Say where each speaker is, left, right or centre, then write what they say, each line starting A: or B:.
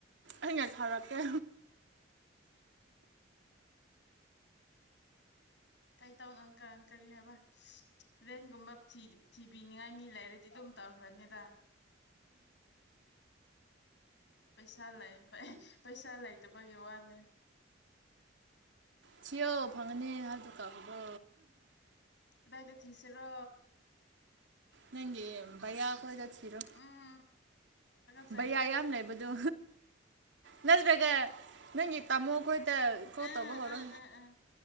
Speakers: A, on the right (about 65°); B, on the left (about 65°).
A: ꯑꯩꯩꯅ ꯁꯥꯎꯔꯛꯀꯦ
B: ꯀꯩꯇꯧꯅꯣꯪꯀꯪ ꯀꯔꯤ ꯍꯥꯏꯕ ꯔꯦꯟꯒꯨꯝꯕ ꯊꯤꯕꯤꯅꯤꯡꯉꯥꯏ ꯃꯤ ꯂꯩꯔꯗꯤ ꯑꯗꯨꯝ ꯇꯧ꯭ꯔꯅꯤꯗ ꯄꯩꯁꯥ ꯂꯩ ꯄꯩꯁꯥ ꯂꯩꯇꯕꯒꯤ ꯋꯥꯅꯦ
A: ꯊꯤꯌ ꯐꯪꯉꯅꯤ ꯍꯜ ꯇꯨꯀꯥꯈꯕꯨ
B: ꯗ ꯏꯗ ꯊꯁꯦꯔ
A: ꯅꯪꯒꯤ ꯌꯥ ꯍꯣꯏꯗꯁꯤꯤꯔꯣ
B: ꯎꯝ ꯇꯒꯠꯆꯩ
A: ꯕꯩꯌꯥ ꯌꯥꯝ ꯂꯩꯕꯗꯣ ꯅꯠꯇ꯭ꯔꯒ ꯅꯪꯒꯤ ꯇꯥꯃꯣ ꯈꯣꯏ ꯀꯣꯠꯇꯧꯕ
B: ꯑꯥ
A: ꯍꯧꯔꯣ
B: ꯑꯥ ꯑꯥ ꯑꯥ